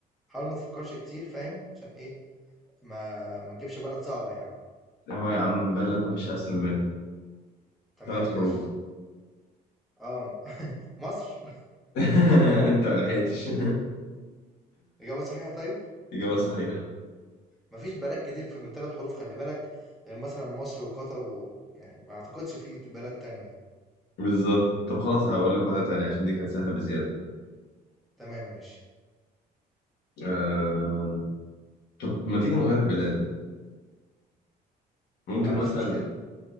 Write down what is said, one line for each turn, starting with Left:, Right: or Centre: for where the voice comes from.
Centre: حاول ما تفكرش كتير فاهم عشان ايه ما ما تجيبش بلد صعبة يعني
Left: هو يا عم بلد مفيش أسهل منها
Centre: تمام
Left: ثلاث حروف
Centre: ماشي اه <laughs> مصر
Left: <laughs> أنت ملحقتش
Centre: <laughs> إجابة صحيحة طيب
Left: <laughs> إجابة صحيحة
Centre: مفيش بلد كتير في- من ثلاث حروف خلي بالك غير مثلا مصر وقطر ويعني ما اعتقدش في بلاد تانية
Left: بالظبط طب خلاص هقول لك واحدة تانية عشان دي كانت سهلة بزيادة
Centre: تمام ماشي
Left: آه... طب ما تيجي نغير البلاد ممكن
Centre: ما عنديش
Left: مثلا
Centre: مشكلة